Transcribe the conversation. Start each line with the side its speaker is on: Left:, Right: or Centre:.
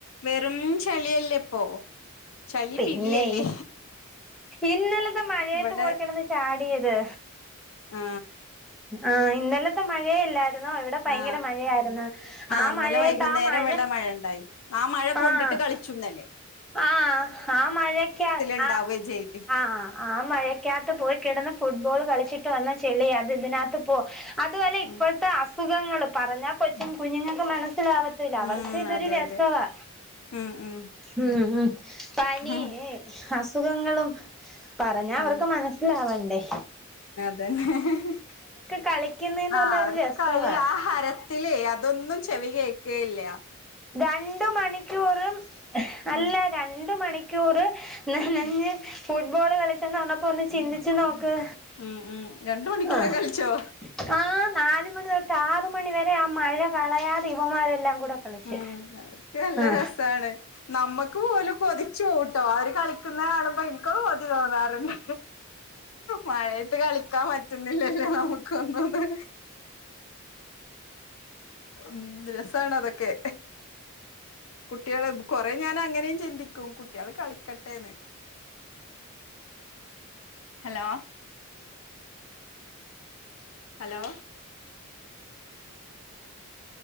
Left: വെറും ചെളിയല്ലേ ഇപ്പൊ ചളി
Centre: പിന്നെ
Left: പിളിയല്ലേ
Centre: ഇന്നലത്തെ മഴയത്ത്
Left: ഇവിടെ
Centre: പോയി കിടന്ന് ചാടിയത്
Left: ആ
Centre: ആ ഇന്നലത്തെ മഴയല്ലാരുന്നോ ആയിരുന്നോ ഇവിടെ ഭയങ്കര
Left: ആ
Centre: മഴയായിരുന്നു ആ
Left: ഇന്നലെ
Centre: മഴയത്തു
Left: വൈകുന്നേരം
Centre: ആ മഴ
Left: ഇവിടെ ഉണ്ടായി ആ മഴ കൊണ്ടിട്ടു
Centre: ആഹ്
Left: കളിച്ചു ഇന്നല്ലേ
Centre: ആഹ് ആ മഴയൊകെ
Left: ഉണ്ടാവുകയും
Centre: ആഹ്
Left: ചെയ്ത്
Centre: ആഹ് ആഹ് മഴയൊക്കെ ചെളികാത്തു പോയി കിടന്ന് ഫുട്ബോൾ കളിച്ചിട്ട് വന്ന ചെളിയാ അത് ഇതിനാകത്ത് പോയി അതുവല്ലെ ഇപ്പോഴത്തെ
Left: ഉം
Centre: അസുഖം അസുഖങ്ങൾ പറഞ്ഞാൽ കൊച്ചു
Left: ഉം
Centre: കുഞ്ഞുങ്ങൾക്ക് മനസ്സിലാവത്തില്ല അവർക്ക്
Left: ഉം
Centre: ഇതൊരു
Left: അതെ
Centre: രസവാ
Left: അതെ ഉം ഉം
Centre: ഉം ഉം പനിയ്
Left: ഉം
Centre: അസുഖങ്ങളും പറഞ്ഞാ
Left: ഉം
Centre: അവർക്ക് മനസ്സിലാവണ്ടെ
Left: ദ ഹെ ഹെ
Centre: കളിക്കുന്നേന്ന്
Left: അഹ്
Centre: പറഞ്ഞ
Left: അവർക്ക്
Centre: ഒരു രസവാ
Left: കളി ആഹ് ഹരത്തിലെ അതൊന്നും ചി ചെവി കേക്കേയില്ല
Centre: രണ്ട് മണിക്കൂറും ഹെ അല്ല
Left: ഉം
Centre: രണ്ടു മണി ക്കൂർ നനഞ്ഞ്
Left: ഉം
Centre: ഫുട്ബോള് കളിചെന്ന് പറഞ്ഞപ്പോ ഒന്ന് ചിന്തിച്ചു നോക്ക്
Left: ഉം ഉം രണ്ടു മണിക്കൂറൊക്കെ
Centre: ആഹ്
Left: കളിച്ചോ
Centre: ആഹ് നാലുമണി തൊട്ട് ആറു മണിവരെ ആ മഴ കളയാതെ ഇവമാരെല്ലാം കൂടെ കളിച്ച്
Left: ഉം അവർക്ക് നല്ല
Centre: ആഹ്
Left: രസണ് നമ്മക്ക് പോലും കൊതിച്ചുവെവുട്ടൊ ആരും കളിക്കുന്ന കാണുമ്പോ എനിക്ക് കൊതി തോന്നാറുണ്ട് മഴയ ത്ത് കളിക്കാൻ പറ്റുന്നില്ലല്ലോ നമുക്കു ഒന്നുംന്ന് മ്മ് രസണ് അതൊക്കെ കുട്ടിള് കൊറേ ഞാൻ അങ്ങനെയും ചിന്തിക്കും കുട്ടികള് കളിക്കട്ടേന്ന് ഹലോ ഹലോ